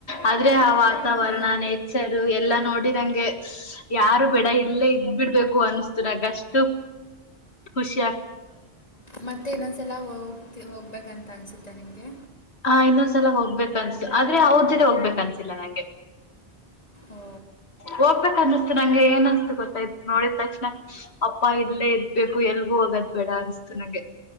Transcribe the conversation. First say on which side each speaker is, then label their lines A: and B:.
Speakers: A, on the left; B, on the left.
A: ಆದ್ರೆ ಆ ನವರಣ
B: ಓ
A: ನೇಚರ್ ಎಲ್ಲಾ ನೋಡಿ ನಂಗೆ ಯಾರು ಬೇಡ ಇಲ್ಲೇ ಇದ್ ಬಿಡ್ಬೇಕು ಅನ್ನಿಸ್ತಿದೆ ನಗಷ್ಟು ಖುಷಿಯ.
B: ಮತ್ತೆ ಇನ್ನೊಂದ್ಸಲ ಹೋಗ್ ಹೋಗ್ಬೇಕಂತ ಅನ್ಸತ್ತ ನಿಮ್ಗೆ
A: ಹ ಇನ್ನೊಂದ್ಸಲ ಹೋಗ್ಬೇಕ ಅನ್ತು ಆದ್ರೆ ಅವ್ರ ಜೊತೆ ಹೋಗ್ಬೇಕ ಅನ್ಸಿಲ್ಲ ನಂಗೆ
B: ಓ
A: ಹೋಗ್ಬೇಕನ್ನ ಮ ನಂಗೆ ಏನ್ ಅನ್ಸ್ತು ಗೊತ್ತ ನೋಡಿದ್ ತಕ್ಷಣ ಅಪ್ಪ ಇಲ್ಲೇ ಇರಬೇಕುಎಲ್ಗೂ ಹೋಗೋದ ಬೇಡ ಅನ್ ನಗೆ